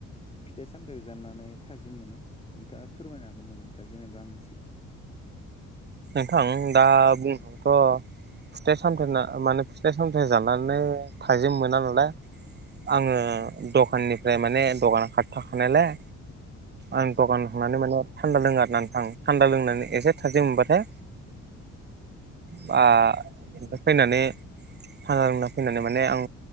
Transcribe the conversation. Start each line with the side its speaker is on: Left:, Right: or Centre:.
Left: फिथाइ सामथाइखौ जानानै थाजिम मोनो नोंथाङा फोरमायनो हागोन नामा दा जेनेबा आंनि सिगाङाव
Right: नोंथां दा बुंबाथ' फिथाइ सामथाइ माने फिथाइ सामथाइ जानानै थाजिम मोना नालाय आङो दखाननिफ्राय माने दखान खाथियाव थाखानायलाय आं दखानाव थांनानै माने थान्दा लोङो आरोना नोंथां थान्दा लोंनानै एसे थाजिम मोनबा थाय बा ओमफ्राय फैनानै थाना लोंना फैनानै माने आं